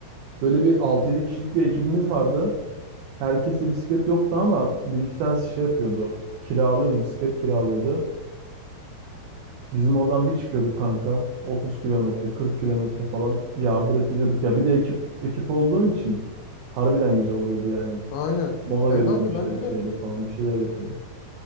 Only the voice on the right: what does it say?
böyle bir altı yedi kişilik bir ekibimiz vardı. Herkeste bisiklet yoktu ama bir iki tanesi şey yapıyordu. Kiralıyordu, bisiklet kiralıyordu. Bizim oradan bir çıkıyorduk kanka. 30 kilometre, 40 kilometre falan yardırıp gidiyorduk. Ya bir de ekip ekip olduğun için harbiden güzel oluyordu yani.
Mola
veriyorsun
işte
şeyde falan bir şeyler yapıyorsun.